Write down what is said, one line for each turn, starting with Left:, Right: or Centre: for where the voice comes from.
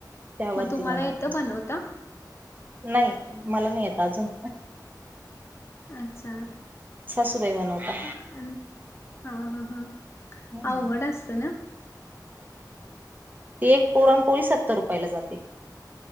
Right: त्यावरती
Left: मग तुम्हाला
Right: बनवतात
Left: येतं बनवता.
Right: नाही मला नाही येत अजून
Left: अच्छा.
Right: सासूबाई म्हनवता
Left: ह आणि हा हा हा
Right: हम्म.
Left: अवघड असतं ना्
Right: ते एक पोराम पोळी सत्तर रुपयाला जाते